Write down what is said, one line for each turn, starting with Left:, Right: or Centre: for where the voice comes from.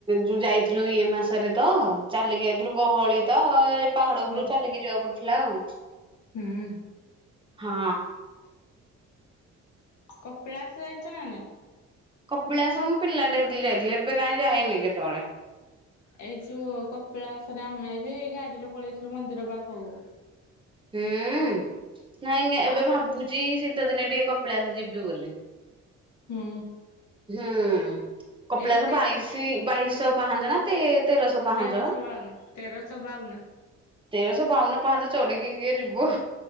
Right: ଯୋଉ ଯାଇଥିଲୁ ଇଏ ମାସରେ ତ ଚାଲିକି ଯାଇଥିଲୁ। ଗହ ଗହଳି ତ ଏଇ ପାହାଡ ଉପରୁ
Left: ହଁ
Right: ଚାଲିକି ଯିବାକୁ ପଡିଥିଲା ଆଉ।
Left: ହୁଁ।
Right: ହଁ।
Left: କପିଳାଶ ଯାଇଚ ନା ନାଇଁ?
Right: କପିଳାସ ମୁଁ ପିଲାଟେ ହେଇଥିଲି ଯାଇଥିଲି। ଏବେ କାହିଁ ଯାଇନି କେତେବେଳେ।
Left: ଏଇ ଯୋଉ କପିଳାସରେ ଆମେ ବି ଏଇ ଗାଡିରେ ପଳେଇଥିଲୁ ମନ୍ଦିର ପାଖକୁ।
Right: ହୁଁ ନାଈ ନାଈ ଏବେ
Left: ଆଉ
Right: ଭାବୁଚି, ଶିତ ଦିନେ ଟିକେ କପିଳାସ ଯିବୁ। ବୁ ବଲି।
Left: ହୁଁ।
Right: ହୁଁ କପିଳାସ
Left: ଏଇ ତେରଶ
Right: ବାଇଶ ବାଇଶହ ପାହାଚ ନା ତେ ତେରଶହ ପାହାଞ୍ଚ
Left: ତେରଶହ ବାଉନ ତେରଶହ ବାଉନ।
Right: ତେର ସ ବାଉନ ପାହୁଞ୍ଚ ଚଡଡିକି କିଏ ଯିବ?